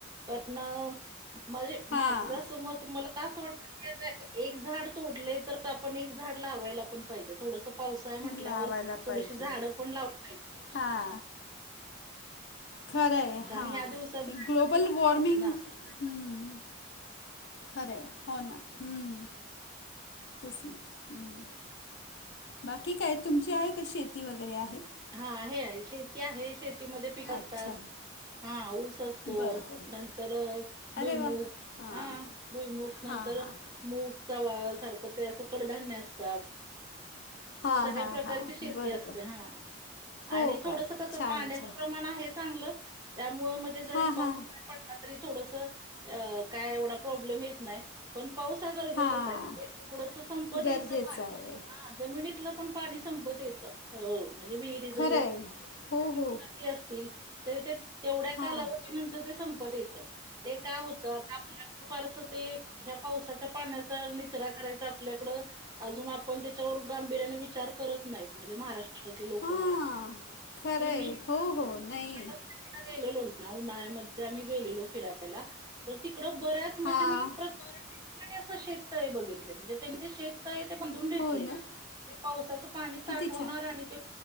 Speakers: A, on the right; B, on the left.
A: पण म्हणजे मा
B: हा.
A: मत मला असं वाटतं एक झाड तोडले तर आपण एक झाड लावायला पण पाहिजे. थोडस पावसाळा आहे म्हटल्यावर
B: लावायला आता पाहिजे.
A: थोडीशी
B: पाऊस
A: झाड पण लावली पाहिजे.
B: हा खरं आहे.
A: कारण
B: हां
A: ह्या दिवसात झाडं
B: ते ग्लोबल वॉर्मिंग
A: ना.
B: हम्म, खरं हो ना हम्म. तेच ना हम्म. बाकी काय तुमची आहे का शेती वगैरे आहे?
A: हा आहे शेती आहे शेतीमध्ये पीक असतात.
B: अच्छा
A: हा ऊस असतो
B: बरं बरं
A: नंतर भुईमुग.
B: अरे वा हां
A: हा भुईमूग नंतर
B: हां हां
A: मूगचा वाया सारखं ते अस कडधान्य असतात
B: हां
A: सगळ्या
B: हां
A: प्रकारची
B: हां
A: शेती
B: बरं बरं
A: असते हा.
B: हो
A: आणि थोडस
B: का
A: कसं
B: छान
A: पाण्याचं
B: छान
A: प्रमाण आहे चांगलं त्यामुं म्हणजे जरी
B: हां
A: पाऊस
B: हां
A: पडला तरी थोडस काय एवढा प्रॉब्लेम येत नाही. पण पावसा हा गरजेचच
B: हां
A: आहे ते थोडस संपत
B: गरजेचं
A: येतं पाणी
B: आहे
A: हा जमिनीतलं पण पाणी संपत येत म्हणजे विहिरी जरी
B: खरं
A: अस
B: आहे हो हो
A: असतील त ते तेवढ्या
B: हां
A: कालावधी
B: ते
A: नंतर ते संपत येत. ते काय होतं आता आपल्याकं फारस ते ह्या पावसाच्या पाण्याचा निचरा करायचा आपल्याकडं अजून आपण त्याच्यावर गांभीर्याने विचार करत नाहीत म्हणजे महाराष्ट्रातले लोक
B: हां
A: लोकं मला <unintelligible>
B: इथले लोक म्हणजे खरं
A: हे
B: आहे
A: मी <unintelligible>
B: हो हो नाही
A: गेलेलो ना. ना उनळ्यामध्ये आम्ही गेलेलो फिरायला तर तिकडं बऱ्याच म्हणजे
B: हा.
A: मी प्र
B: परत
A: <unintelligible> नी असं शेतत आहे बघितले म्हणजे त्यांचे शेतत आहे ते बांधून ठेेतलेले.
B: हो ना.
A: ते पावसाचं पाणी साठवणार
B: किती
A: आणि ते